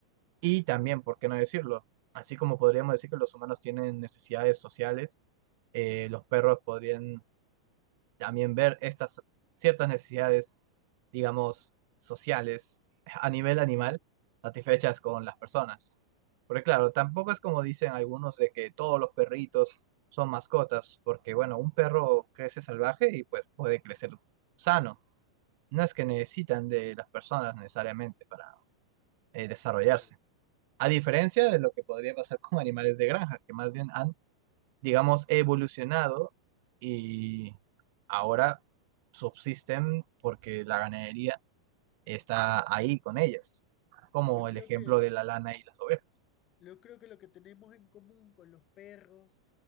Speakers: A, on the right; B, on the left.
A: Y también, ¿por qué no decirlo? Así como podríamos decir que los humanos tienen necesidades sociales, eh, los perros podrían también ver estas ciertas necesidades, digamos, sociales a nivel animal, satisfechas con las personas. Porque claro, tampoco
B: Sí,
A: es como dicen algunos de que todos los perritos son mascotas, porque bueno, un perro crece salvaje y pues puede crecer sano no es que necesitan de las personas necesariamente para eh, desarrollarse.
B: claro.
A: A diferencia de lo que podría pasar con animales de granja, que más bien han, digamos, evolucionado y ahora subsisten porque la ganadería está ahí con ellas, como
B: Yo creo
A: el ejemplo
B: que,
A: de la lana y las ovejas.
B: yo creo que lo que tenemos en común con los perros,